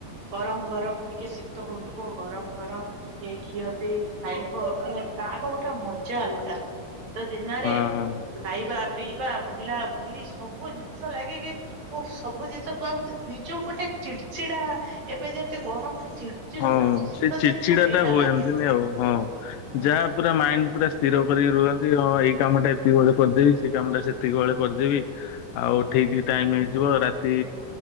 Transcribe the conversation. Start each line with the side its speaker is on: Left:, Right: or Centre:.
Right: ଗରମ ଗରମ ଟିକେ ଶୀତ ହଉଥିବ ଗରମ ଗରମ ଟିକେ ଘିଅ ଦେଇ ଖାଇବ ମାନେ ତା ଗୋଟେ ମଜା ଅଲଗା। ତ ଦିନରେ
Left: ହଁ।
Right: ଖାଇବା ପିଇବା ବୁଲା ବୁଲି ସବୁ ଜିନିଷ ଲାଗିକି ଓ ସବୁ ଜିନିଷ କୁହାକୁୁ ନିଜକୁ ଗୋଟେ ଚିଡ଼ଚିଡା ଏବେ ଯେମିତି ଗରମରେ ଚିଡଚିଡା
Left: ହଁ
Right: ଲାଗୁଛି ଶୀତ
Left: ସେଇ ଚିଡ୍
Right: ଦିନ
Left: ଚିଡା
Right: ସେଇଟା
Left: ଟା ହୁଏନ୍ତିନି
Right: ଲାଗେନି।
Left: ଆଉ ହଁ
Right: ହଁ
Left: ଯାହା ପୁରା ମାଇଣ୍ଡ ପୁରା ସ୍ଥିର କରିକି ରୁହନ୍ତି ହଁ ଏଇ କାମଟା ଏତିକି ବେଳେ କରିଦେବି ସେଇ କାମ ଟା ସେତିକିବେଳେ କରିଦେବି ଆଉ ଠିକ୍ ଟାଇମ୍ ହେଇଯିବ ରାତି